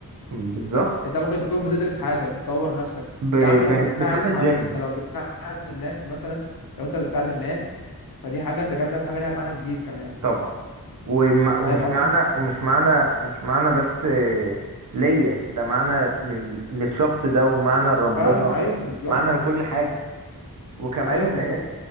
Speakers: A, on the right; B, on the left.
A: بالظبط
B: انت ممكن تكون بتدرس حاجه بتطور نفسك
A: ب...
B: يا عم لو
A: ب...
B: بتساعد
A: بتروح الجيم
B: حد انت لو بتساعد الناس مثلا لو انت بتساعد الناس فدي حاجه انت كده بتعمل حاجه ليها معنى كبير كمان
A: طبعا وما... ومش
B: فاهم قصدي
A: معنى ومش معنى مش معنى بس آه، ليا ده معنى لل... للشخص ده ومعنى لربنا
B: فعلا ايوه بالظبط
A: معنى لكل حاجة وكمان
B: ايوه بالظبط
A: آه،